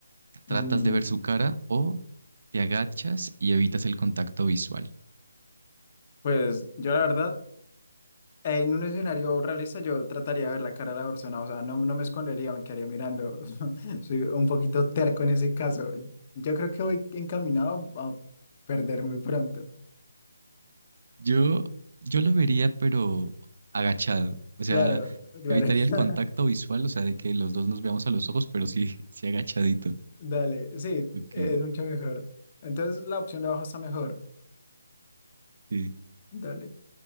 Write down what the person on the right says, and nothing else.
¿Tratas
de ver su cara o te agachas y evitas el contacto visual?
Yo, yo lo vería, pero agachado. O
sea,
evitaría
el contacto visual, o sea, de que los dos nos veamos a los ojos, pero sí, <laughs> sí agachadito.
Ok,
sí.